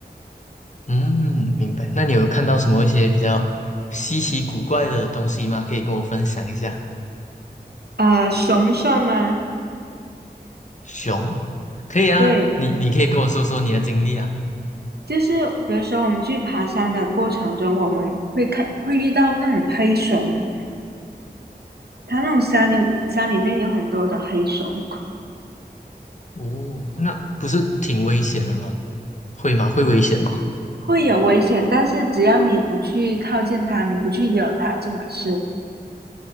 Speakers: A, on the left; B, on the right.
A: 嗯，明白。那你有看到什么一些比较稀奇古怪的东西吗？可以跟我分享一下。
B: 啊，熊算吗？
A: 熊，可以啊，
B: 对，
A: 你你可以跟我说说你的经历啊。
B: 就是比如说我们去爬山的过程中，我们会看会遇到那种黑熊，它那种山有山里面有很多的黑熊，
A: 哦，那不是挺危险的吗？会吗？会危险吗？
B: 会有危险，但是只要你不去靠近它，你不去惹它就没事。